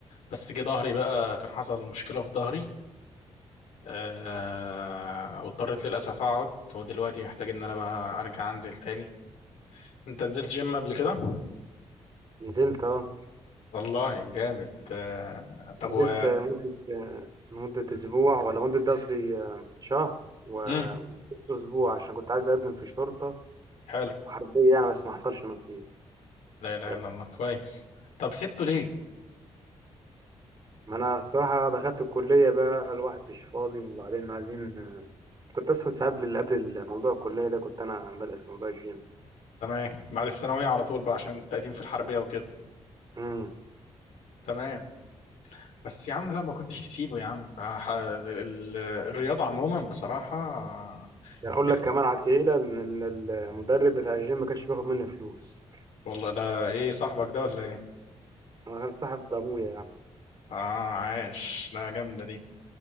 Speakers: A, on the left; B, on the right.
A: بس جه ظهري بقى كان حصل مشكلة في ظهري أه واضطريت للأسف اقعد ودلوقتي محتاج ان انا بقى ارجع انزل تاني انت نزلت جيم قبل كده؟
B: نزلت اه
A: والله جامد أه طب
B: نزلت
A: و
B: آه، مدة آه، مدة أسبوع ولا مدة ده قصدي آه، شهر و-
A: مم.
B: وأسبوع عشان كنت عايز أقدم في شرطة
A: حلو
B: وحربية يعني بس ما حصلش نصيب
A: لا إله
B: للأسف
A: إلا الله كويس طب سبته ليه؟
B: ما أنا الصراحة دخلت الكلية بقى الواحد مش فاضي وبعدين عايزين آه، كنت أصلا في قبل قبل موضوع الكلية ده كنت أنا بادئ في موضوع الجيم
A: تمام بعد الثانوية على طول بقى عشان التقديم في الحربية وكده
B: امم
A: تمام بس يا عم لا ما كنتش تسيبه يا عم آه، ح- ال- ال- الرياضة عموما بصراحة آه،
B: يعني أقول
A: تفرق
B: لك كمان على التقيلة إن إن المدرب بتاع الجيم ما كانش بياخد مني فلوس
A: والله ده ايه صاحبك ده ولا ايه؟
B: أنا كان صاحب أبويا يعني
A: اه عاش لا جامدة دي